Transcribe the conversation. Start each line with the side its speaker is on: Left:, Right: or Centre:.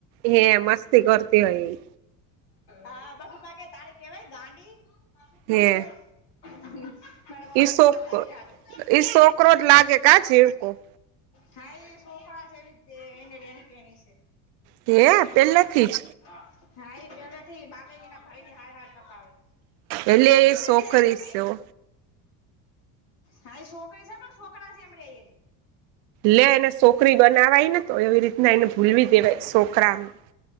Right: હે મસ્તી કરતી હોય, એ
Left: હા માર પપ્પા કે તારે કેવાય ગાંડી
Right: હે
Left: મારા મમ્મી
Right: ઈ શોક
Left: પપ્પા દાંત કાઢે
Right: ઈ છોકરો જ લાગે કા જીવકો
Left: હા એ સોકરા છે એવી જ દે એની રેનીકેણી છે.
Right: કે હે પેલેથીજ
Left: હા એ પેલેથી બાલ એય એના ભાઈ ની હાર હાર કપાવે
Right: એટલે એ
Left: સીજ
Right: સોકરી
Left: જાય હે મમ્મી
Right: સે હો
Left: હા એ સોકરી છે પણ છોકરા જેમ રે એ
Right: લે એને સોકરી બના વાય ને તો એવી રીતના એને ભૂલવી દેવાય સો ને